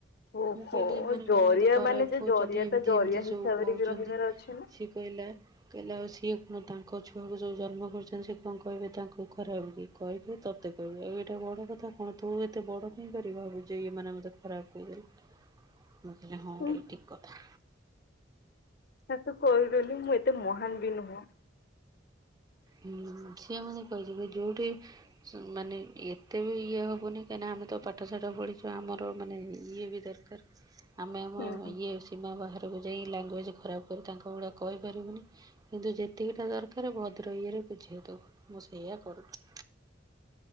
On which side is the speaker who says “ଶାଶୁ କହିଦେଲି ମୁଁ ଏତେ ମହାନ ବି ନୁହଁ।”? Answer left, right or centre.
Left